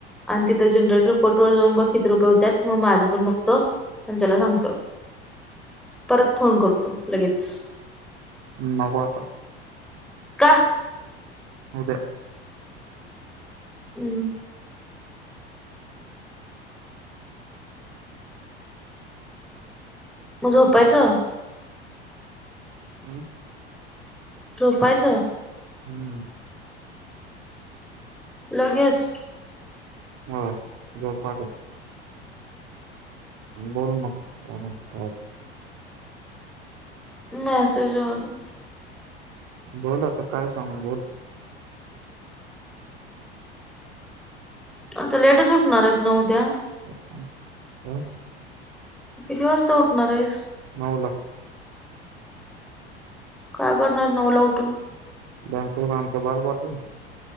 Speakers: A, in the centre; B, on the right.
A: आणि तिथं जनरेटर पाटोळे जाऊन बघ किती रुपये होत्यात मग माझं पण बघतो आणि त्याला सांगतो परत फोन करतो लगेच.
B: नग आता.
A: का?
B: उद्या
A: हम्म. मग झोपायचं.
B: पाहणार. हम्म.
A: झोपायचं
B: हम्म.
A: लगेच
B: हो झोप आता. आणि बोलू मग <unintelligible>
A: मेसेज बघ.
B: बोल आता काय सांगू बोल.
A: आता लेटच ऊठ नार आहेस का उद्या?
B: हम्म हो.
A: किती वाजता उठणार आहेस?
B: <unintelligible> ला
A: काय करणार नऊला उठून?
B: <unintelligible>